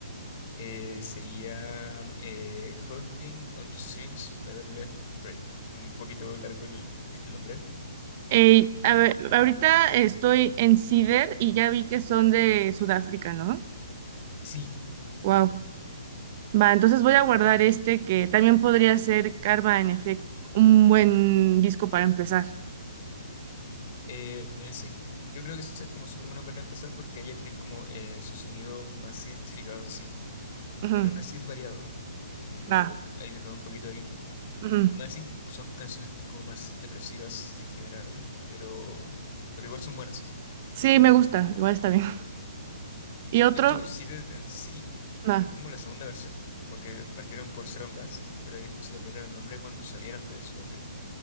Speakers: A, on the left; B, on the right.
A: eh, sería mm, eh, Holding on to Strings, Better Left to Fray. Un poquito largo el, <laughs> el nombre.
B: Ey,
A: Por,
B: a ver, ahorita estoy en Cider y ya vi que son de Sudáfrica, ¿no?
A: sí,
B: Wow. Va, entonces voy a guardar este que también podría ser Karma en efecto, un buen disco para empezar.
A: eh, eh, sí, yo creo que eso es como súper bueno para empezar porque ahí ya tienen como eh, su sonido más identificado en sí,
B: Ujú,
A: pero aún así es variado. Eh,
B: Va.
A: hay de todo un poquito ahí.
B: ujú.
A: Más in- son canciones como más depresivas en general, pero, pero igual son buenas.
B: Sí, me gusta, igual está bien. <laughs> ¿Y otro?
A: De hecho, Sealer en sí
B: Va.
A: es como la segunda versión, porque partieron por Serum Gas, pero ahí después se cambiaron el nombre cuando salieron de Sudáfrica.